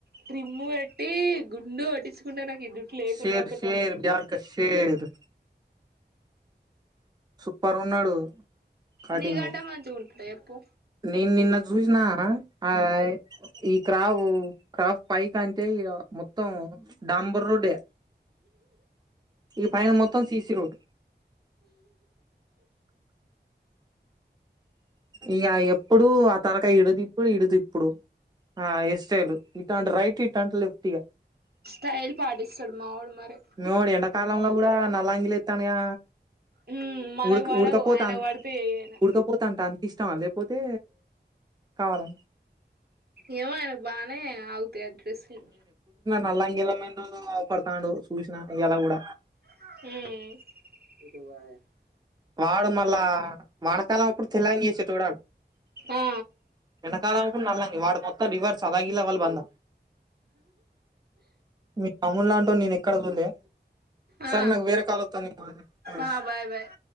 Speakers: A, on the right (about 60°); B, on the right (about 25°).
A: ట్రిమ్ము పెట్టి గుండు కోట్టించుకుంటా నాకు ఈ జుట్టు లేకున్నా
B: షేర్
A: ఒకటె
B: షేర్
A: అనడు
B: బిహార్ కా షేర్ సూప్పర్ ఉన్నాడు కటింగు
A: నీకంటే మంచిగా ఉంటాడు చెప్పు
B: నేన్ నిన్న చూసిన ఆ అయ్ ఈ క్రావు క్రాఫ్ పైక్ అంటే ఇగ మో త్తం డంబ రోడ్డే ఇక పైన మొత్తం సీసి రోడ్ ఇగ ఎప్పుడు ఆ తలకాయా ఇడు దిప్పుడు ఇడు దిప్పుడు ఆ హెయిర్ స్టైల్ ఇటు అంటే రైట్ ఇట్టాంటి లెఫ్ట్ ఇగ
A: స్టైల్ పాటిస్తాడు మావోడు మరి
B: మీ వోడు ఎండాకాలంలో కూడా నల్లంగిలి ఎత్తాన్డుగా
A: ఉమ్ మనకు
B: ఉడక
A: పడవు
B: ఉడకపోతా
A: ఆయనకు
B: అ
A: పడతాయి ఏయైనా
B: ఉడకపోతాంటా అనిపిస్ట ఇష్టమా లేకపోతే కావాల
A: ఏమో ఆయనక్ బానే ఆగుతాయ్ ఆ డ్రస్సులు
B: నల్లంగిలో నె కనపడతాండు చూసిన ఇయాల కూడ
A: ఏ
B: వాడు మళ్ళా వానాకాలం అప్పుడు తెల్లంగి వేసే చూడాలి
A: ఆ
B: ఎండకాలం అనుకు నల్ళంగి వాడు మొత్తం రివర్స్ అలాగ ఇలా వాళ్ళ బంద మీ తమ్మూల్ లాంటి వాడిని నేను ఎక్కడ చూల్లే
A: ఆ
B: సరె నాక్ వేరే కాల్ వత్తాంది. బాయ్
A: ఆ బాయ్